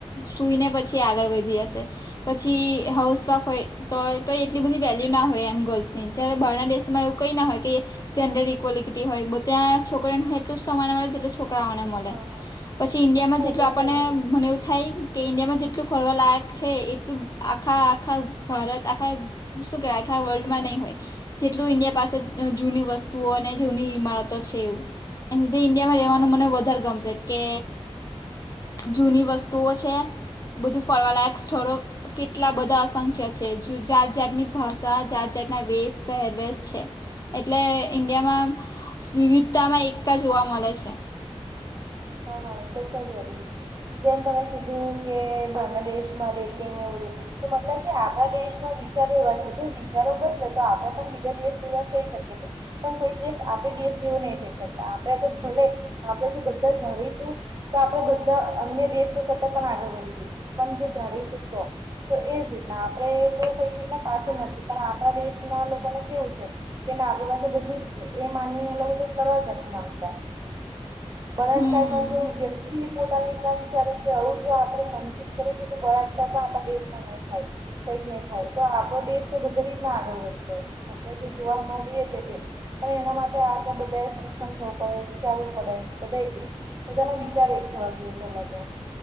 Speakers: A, on the left; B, on the right.
A: સુઈને પછી આગળ વધી હશે. પછી હાઉસવાફ હોય. તોય તોય તો એટલી બધી વેલ્યુ ના હોય એમ ગર્લ્સની જ્યારે બહારના દેશોમાં એવું કંઈ ના હોય કે જેન્ડર ઇક્વલિટી હોય બધ્યાં છોકરીને એટલું સમ્માન મળે છે જેટલો છોકરાવાને મળ.
B: હા હા.
A: પછી ઈન્ડિયામાં
B: હા
A: જેટલું
B: એ તો
A: આપણને
B: છે જ
A: મને એવું થ થાય કે ઇન્ડિયામાં જેટલું ફરવા લાયક છે એટલું આખા આખા ભારત આખા શું કેવાય આખા વર્લ્ડમાં નહી હોય. જેટલું ઈન્ડિયા પાસે જૂની વસ્તુઓ અને જૂની ઈમારતો છે એવું. એ સધે ઇન્ડિયામાં રહેેવાનું
B: હા
A: મને
B: હા
A: વધારે ગમશે કે. જૂની વસ્તુઓ છે બધું ફરવા લાયક સ્થોડો કેટલા બધા અસંખ્ય છે જાત જાતની ભાષા જાત જાતના વેશ પહેરવેશ છે. એટલે ઈન્ડિયામાં વિવિધતામાં એકતા જોવા મળે છે.
B: હા હા એ તો છે જ વારી. જેમ તમે કીધું કે બાહરના દેશમાં રેટિંગ એવું તો મતલબ કે આપણા દેશમાં બી વિચારો એવા છે જો વિચારો બદશે તો આપે પણ બીજા દેસ જેવા થઈ શકે છે. પણ કોઈક દેસ આપે દેસ જેવું નહી થઈ શકે આપણેે તો ભલે આપે જો બધા ધારીશું. તો આપણેે બધા અન્ય દેશો કરતા પણ આગળ વધી જઈશું પણ જો ધારીશું તો તો એ જ રીતના આપડણે તો કોઈક રીતના પાછળ નથી પણ આપણા દેશના લોકોને કેવું છે. કે ના આપણી પાસે બધું જ છે એ માનીને એ લોકો કઈક કરવા જ નથી માંગતા. બળાત્કાર
A: હમ
B: જ ક વ્યક્તિ પોતાને એટલા વિચારે કે આવું જો આપણે મનથી કરે છે તો બળાત્કાર પણ આપણા દેશમાં નહી થાય. કઈક નહી થાય તો આપણો દેશ તો બધી રીતના આગળ વધશે આપણે જે જોવા મળીએ છ છે તે. પણ એના માટે આપડણે બધાએ સક્ષમ થવું પડે વિચારવું પડે. બધા બધાના વિચાર એક થવા જોઈએ પહેલા તો